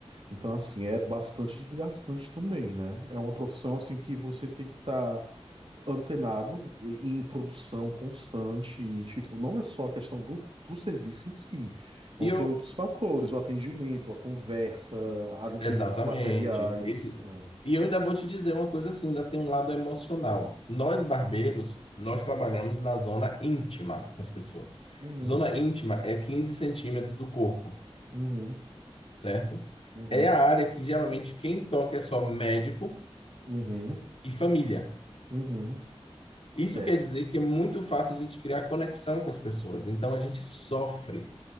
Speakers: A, on the right; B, on the left.
A: Então, assim, é bastante desgastante também, né? É uma profissão assim que você tem que estar antenado em produção constante e, tipo, não é só a questão do, do serviço em si. Vão
B: E eu.
A: ter outros fatores, o atendimento, a conversa, a limpeza
B: Exatamente.
A: dos materiais.
B: Esse-
A: ah.
B: E eu ainda vou te dizer uma coisa assim, ainda tem um lado emocional. Nós barbeiros, nós trabalhamos na zona íntima das pessoas.
A: Uhum,
B: Zona íntima é 15 centímetros do corpo,
A: uhum,
B: certo?
A: uhum,
B: É a área que geralmente quem toca é só médico
A: uhum,
B: e família.
A: uhum.
B: Isso
A: É.
B: quer dizer que é muito fácil a gente criar conexão com as pessoas. Então a gente sofre.